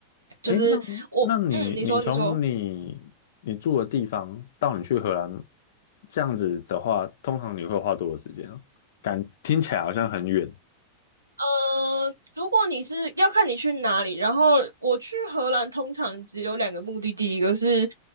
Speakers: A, on the right; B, on the left.
A: 就是我，
B: 哎，那那你你从你你住的地方到你去荷兰，
A: 嗯，你说，你说。
B: 这样子的话，通常你会花多少时间啊？感听起来好像很远。
A: 呃，如果你是要看你去哪里，然后我去荷兰通常只有两个目的地，一个是